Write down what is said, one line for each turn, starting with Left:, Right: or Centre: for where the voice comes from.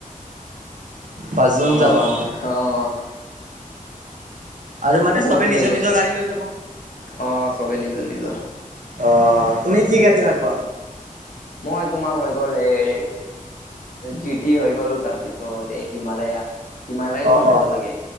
Right: পাঁচজন
Left: অ'
Right: যাবা
Left: অ'
Right: আৰু মানে
Left: বহুত
Right: চবে
Left: দিন
Right: নিজৰ
Left: হৈ গ'ল
Right: নিজৰ গাড়ী লৈ যাব
Left: অ' চবে নিজৰ নিজৰ
Right: অ তুমি কি গাড়ী ভাল পোৱা
Left: মই তোমাৰ হৈ গ'ল এই জি টি হৈ গ'ল তাৰপিছত এ হিমালয়া সিমালাই
Right: অ
Left: টো মজা
Right: অ
Left: লাগে